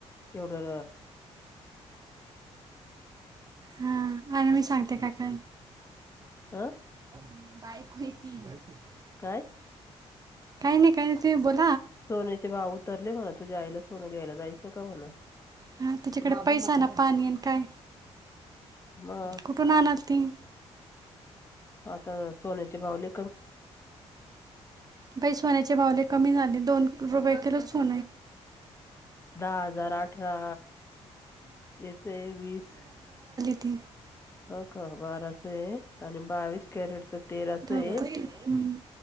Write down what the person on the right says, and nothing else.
ह आ म सांगते काक
बा
काही नाही, काही नाही ते बोल.
हा तिच्याकडे पैसा ना पाणी काय,
कुठून आणल ती.
पैसवाण्याचे भाव ले कमी झाले दोन. रुपय केच हो.
त <unintelligible>
धगपती
हम्म